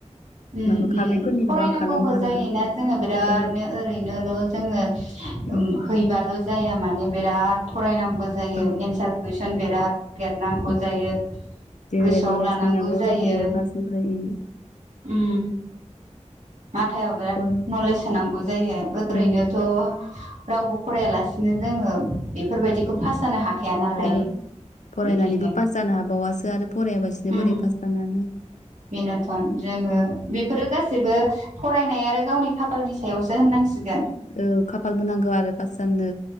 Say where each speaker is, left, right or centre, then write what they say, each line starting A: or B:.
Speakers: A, on the right; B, on the left.
A: उम
B: माबा खारनायफोरनिखौ
A: उम फरायनांगौबो
B: आं खालामखाला
A: जायोना जोङो बिरादनो
B: औ
A: ओरैनोल' जोङो
B: उम
A: ओम हैबाल' जाया माने बिराद फरायनांगौ जायो
B: औ
A: एन्सार कुइसन बिराद नागेरनांगौ
B: उम
A: जायो
B: जेनेरेल
A: गोसोआव
B: नलेज
A: लानांगौ
B: नायनांगौ
A: जायो।
B: फारसेनिफ्राय उम
A: उम माथायाव बेराद
B: फराय
A: नलेज सोनांगौ जायो। ओरैनोथ'
B: औ
A: रावबो फरायालासिनो जोङो बेफोरबायदिखौ पास जानो हाखाया नालाय।
B: ओं फरायनानैबो
A: बेखायनो
B: पास जानो हाबावासो आरो फरायाबासिनो
A: उम
B: बोरै पास जानो हानो?
A: बेनोथन जो ङो
B: उम
A: बेफोरो गासैबो फरायनाय आरो गावनि खाफालनि सायावसो होननांसिगोन।
B: औ खाफालबो नांगौ आरो पास जाननो